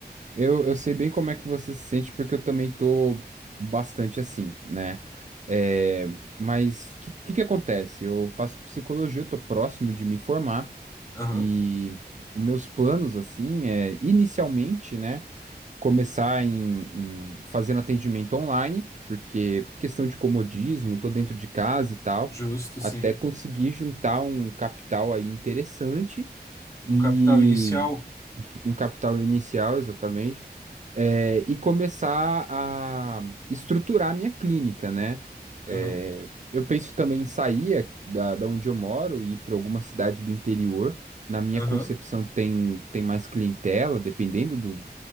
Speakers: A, on the right; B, on the left.
A: eu, eu sei bem como é que você se sente, porque eu também tô bastante assim, né? É, mas o que, que que acontece? Eu faço psicologia, eu tô próximo de me formar,
B: Aham,
A: e os meus planos, assim, é inicialmente, né? começar em, em fazendo atendimento online, porque questão de comodismo, tô dentro de casa e tal,
B: justo,
A: até
B: sim.
A: conseguir juntar um capital aí interessante e
B: Um capital inicial.
A: um capital inicial, exatamente, é, e começar a estruturar a minha clínica, né?
B: Aham,
A: É, eu penso também em sair eh, da, da onde eu moro e ir para alguma cidade do interior. Na minha
B: aham.
A: concepção, tem, tem mais clientela, dependendo do,